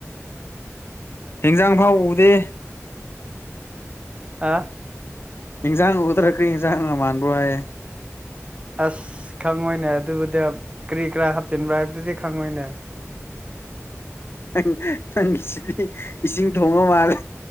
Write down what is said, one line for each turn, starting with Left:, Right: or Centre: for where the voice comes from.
Left: ꯏꯟꯖꯥꯡ ꯐꯥꯎ ꯎꯗꯦ
Right: ꯑꯥ
Left: ꯏꯟꯁꯥꯡ ꯎꯊ꯭ꯔꯛꯈ ꯀꯩ ꯏꯟꯁꯥꯡꯒ ꯃꯥꯟꯕ ꯍꯥꯏꯌꯦꯦ
Right: ꯑꯁ ꯈꯪꯉꯣꯏꯅꯦ ꯑꯗꯨꯕꯨꯗ ꯀꯔꯤ ꯀꯔꯥ ꯍꯥꯞꯆꯤꯟꯕ꯭ꯔꯥ ꯍꯥꯏꯕꯗꯨꯗꯤ ꯈꯪꯉꯣꯏꯅꯦ
Left: ꯅꯪ ꯪ ꯅꯪꯁꯤꯗꯤ ꯏꯁꯤꯡ ꯊꯣꯡꯉ ꯃꯥꯜꯂꯦ